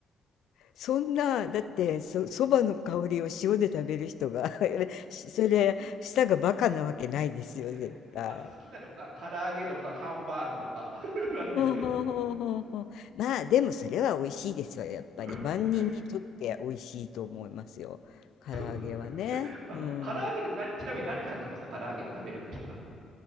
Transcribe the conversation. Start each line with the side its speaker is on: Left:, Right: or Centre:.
Left: そんな、だってそ、
Right: <laughs>
Left: そばの香りを塩で食べる人が <laughs> それ、舌がバカなわけないですよ、
Right: いや、
Left: 絶対。
Right: でも、あの好きなのが唐揚げとかハンバーグとか <laughs> なんですよ。
Left: ふんふんふんふんふん。まあ、でもそれは美味しいですよ、やっぱり。
Right: <laughs>
Left: 万人にとって美味しいと思いますよ。
Right: そ
Left: 唐揚げはね。
Right: ういうかあ唐揚げでな、
Left: うん。
Right: ちなみに何かけます唐揚げ食べるとしたら。